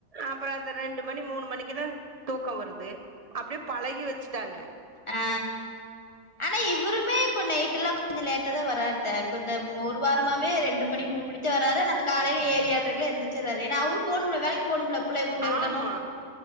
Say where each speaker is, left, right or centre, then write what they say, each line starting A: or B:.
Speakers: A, on the right; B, on the left.
A: அப்பற அந்த ரெண்டு மணி மூணு மணிக்கு தா தூக்கோ வருது அப்டே பழகி வெச்சுட்டாங்க
B: அ ஆனா இவுருமே இப்ப நைட்ல கொஞ்சோ லேட்டா தா வராருத இப்ப இந்த ம் ஒரு வாரமாவே ரெண்டு மணி மூணி மணிக் சு வராரு ஆன அந்த காலைல ஏழு ஏழ்ரைக்கிலா எந்திர்ச்சிறாரு ஏனா அவுரு போனும்ல வேலைக் போனும்ல புள்ளைய கொண்டேய் உடணு
A: ஆமா